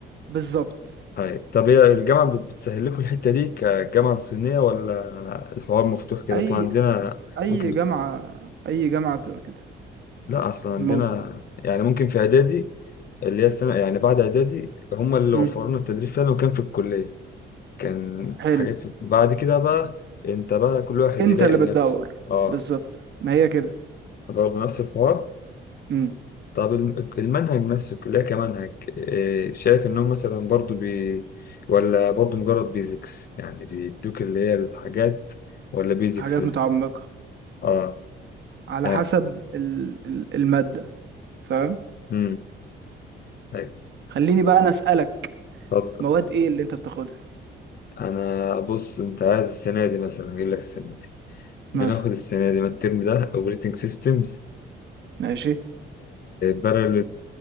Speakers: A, on the right; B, on the left.
A: بالظبط
B: طيب طب هي الجامعه بت- بتسهل لكم الحته دي كجامعه صينيه ولا الحوار مفتوح كده
A: اي
B: اصلا عندنا
A: اي
B: ممكن
A: جامعة اي جامعة بتبقى كده
B: لا اصلا عندنا
A: الموضوع
B: يعني ممكن في اعدادي اللي هي السنه يعني بعد اعدادي هم اللي
A: مم.
B: وفروا لنا التدريب فعلا وكان في الكليه كان
A: حلو
B: حاجات بعد كده بقى انت بقى كل واحد
A: انت
B: يلاقي
A: اللي
B: لنفسه
A: بتدور
B: اه
A: بالظبط ما هي كده
B: برضه نفس الحوار
A: مم.
B: طب الم- المنهج نفسه الكلية كمنهج إيه، شايف إنهم مثلا برضو بي ولا برضو مجرد بيزكس يعني بيدوك اللي هي الحاجات ولا بيزكس
A: حاجات متعمقة
B: اه
A: على
B: يعني
A: حسب ال... ال- المادة فاهم
B: امم أيوة.
A: خليني بقى انا اسألك
B: طب
A: مواد ايه اللي انت بتاخدها
B: أنا بص أنت عايز السنة دي مثلا أجيب لك السنة دي
A: مثلا
B: بناخد السنة دي ما الترم ده أوبريتنج سيستمز
A: ماشي
B: بارل